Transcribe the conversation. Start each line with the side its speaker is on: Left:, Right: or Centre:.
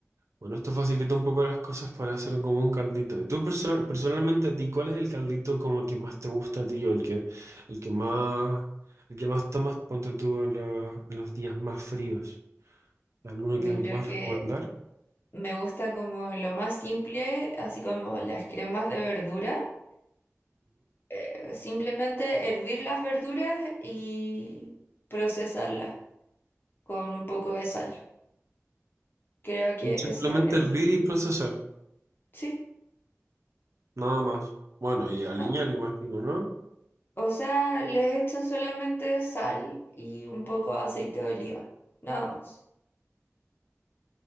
Right: Bueno, esto facilita un poco las cosas para hacer como un caldito. ¿Y tú personal personalmente a ti, cuál es el caldito como que más te gusta a ti o el que, el que más, el que más tomas, ponte tú en, la- en los días más fríos? ¿Alguno
Left: Yo
Right: que me
Left: creo
Right: puedas
Left: que
Right: recomendar?
Left: me gusta como lo más simple, así como las cremas de verdura. Eh, simplemente hervir las verduras y procesarlas con un poco de sal. Creo que
Right: Ujú. Simplemente
Left: eso es,
Right: hervir y procesar.
Left: sí,
Right: Nada más. Bueno, y alinear,
Left: no.
Right: imagino, ¿no?
Left: O sea, les echo solamente sal y un poco de aceite de oliva, nada más.